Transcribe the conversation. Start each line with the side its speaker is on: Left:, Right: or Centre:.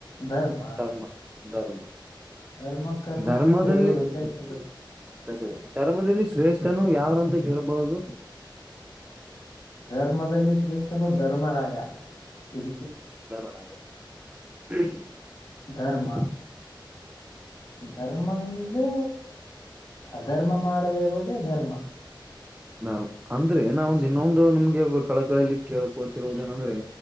Left: ಧರ್ಮ
Right: ಪ್ಚ್ ಕರ್ಮ ಧರ್ಮ
Left: ಧರ್ಮ ಕರ್ಮ
Right: ಧರ್ಮದಲ್ಲಿತಸರಿ
Left: ಮತ್ತು ಎರಡು ವ್ಯತ್ಯಾಸ ಇದೆ.
Right: ಧರ್ಮದಲ್ಲಿ ಶ್ರೇಷ ಸ್ಟೇನು ಯಾರು ಅಂತ ಹೇಳಬಹುದು.
Left: ಧರ್ಮದಲ್ಲಿ ಶ್ರೇಷ್ಠನು ಧರ್ಮರಾಯ ಇದ
Right: ದರರಾಯ ಕ್ಕುಹು ಕ್ಕುಹು
Left: ಧರ್ಮ <inaudible> ಧರ್ಮ ಅಂದ್ರರೆ ಅಧರ್ಮ ಮಾಡದೆ ಇರೋದೇ ಧರ್ಮ.
Right: ನಾನು ಅಂದ್ರೆ ನಾವೊಂದು ಇನ್ನೊಂದು ನಿಮ್ಮಗೆ ಕಳಕಳಲ್ಲಿ ಕೇಳಳ್ಕೊಳ್ತಿರುವುದೇನಂದ್ರೆ